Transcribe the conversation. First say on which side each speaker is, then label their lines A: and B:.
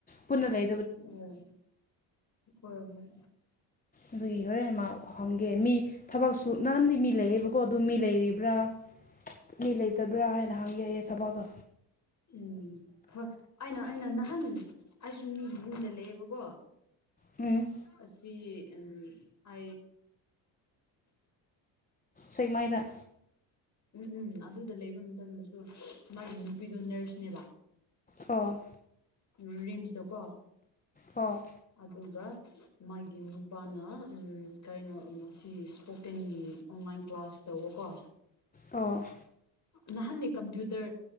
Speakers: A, on the left (about 15°); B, on the left (about 35°).
A: ꯄꯨꯟꯅ ꯂꯩ
B: ꯎꯝ ꯍꯣꯏ ꯍꯣꯏ
A: ꯑꯗꯨꯒꯤ ꯍꯣꯔꯦꯟ ꯑꯃ ꯍꯪꯒꯦ ꯃꯤ ꯊꯕꯛꯁꯨ ꯅꯍꯥꯟꯗꯤ ꯃꯤ ꯂꯩꯌꯦꯕꯀꯣ ꯑꯗꯨ ꯃꯤ ꯂꯩꯔꯤꯕ꯭ꯔꯥ ꯃꯤ ꯂꯩꯇꯕ꯭ꯔꯥ ꯍꯥꯏꯅ ꯍꯪꯒꯦ ꯑꯩꯌꯦ ꯊꯕꯥꯎꯗꯣ
B: ꯎꯝ ꯍꯣꯏ ꯑꯩꯅ ꯑꯩꯅ ꯅꯍꯥꯟ ꯑꯩ ꯁꯨꯝ ꯃꯤꯒꯤ ꯌꯨꯝꯗ ꯂꯩꯌꯦꯕꯀꯣ
A: ꯎꯝ
B: ꯑꯁꯤꯁꯤ ꯎꯝ ꯑ
A: ꯁꯦꯛꯃꯥꯏꯗ
B: ꯎꯝ ꯎꯝ ꯑꯗꯨꯗ ꯂꯩꯕ ꯃꯇꯝꯗꯁꯨ ꯃꯥꯒꯤ ꯅꯨꯄꯤꯗꯣ ꯅꯔꯁꯅꯦꯕ
A: ꯑꯣ
B: ꯎ ꯔꯤꯝꯁꯇꯣ ꯀꯣ
A: ꯑꯣꯥ
B: ꯑꯗꯨꯒ ꯃꯥꯒꯤ ꯅꯨꯄꯥꯅ ꯀꯩꯅꯣ ꯃꯁꯤ ꯏꯁꯄꯣꯀꯦꯟꯒꯤ ꯑꯣꯟꯂꯥꯏꯟ ꯀ꯭ꯂꯥꯁ ꯇꯧꯕꯀꯣ
A: ꯑꯣ
B: ꯅꯍꯥꯟꯅꯤ ꯀꯝꯄ꯭ꯌꯨꯇꯔ